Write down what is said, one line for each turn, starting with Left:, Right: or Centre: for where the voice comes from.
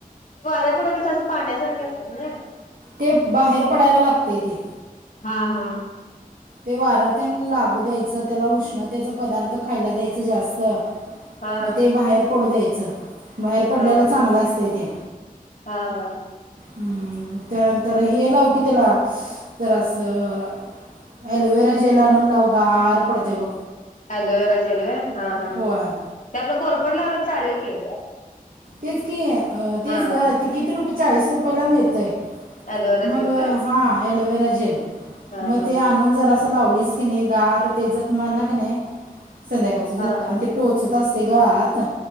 Left: त्या फोड्या कसं असं पाण्यासारख्या असत्यात नाई.
Right: ते बाहेर पडायला लागतय ते
Left: हा हा
Right: ते वार त्या लागू द्यायचं त्याला उष्णतेचा पदार्थ खायला द्यायचं जास्त
Left: हा
Right: म ते बाहेर पडू दे च बाहेर पडलेला
Left: हा हा हा
Right: चांगलं असतय ते
Left: हा हा
Right: हम् त्यानंतर हे लाव की त्याला तरर अ असं अलोवेरा जेल आणून लाव गार पडतेय बघ.
Left: अलोवेरा जेलो हा हा ते
Right: होय
Left: त्यातलं कोरपड लावलं चालेल. की
Right: तेच कि तेच
Left: हा
Right: ग किती रुपये चाळीस रुप चाळीस रुपये ला मिळतंय
Left: अलोवेरा जेल
Right: मग
Left: काय
Right: हा ॲलोवेरा जेल
Left: हा
Right: मग
Left: हा
Right: ते आणून जरासं लावलीस कणे गार ते जखमांना काय नई संध्याकाळच झोपतान
Left: हा हा
Right: आणि ते टोचत असते ग आत